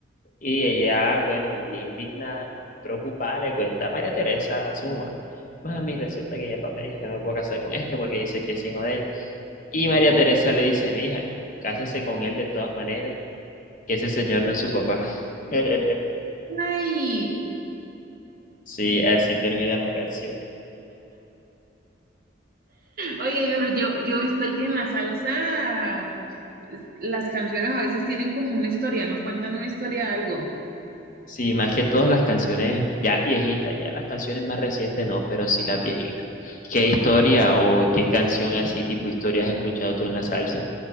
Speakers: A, on the left; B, on the right.
A: Y ella, bueno, un día indignada, preocupada, le cuenta a María Teresa, a su mamá, mami, resulta que mi papá me dijo que no me puedo casar con este porque dice que es hijo de él. Y María Teresa le dice, mija, cásese con él de todas maneras, que ese señor no es su papá. <laughs>
B: Ay,
A: Sí, así termina la canción.
B: oye, pero yo, yo he visto que en la salsa las canciones a veces tienen como una historia, no cuentan una historia de algo.
A: Sí, más que todas las canciones ya viejitas, ya las canciones más recientes no, pero sí las viejitas. ¿Qué historia o qué canción así tipo historia has escuchado tú en la salsa?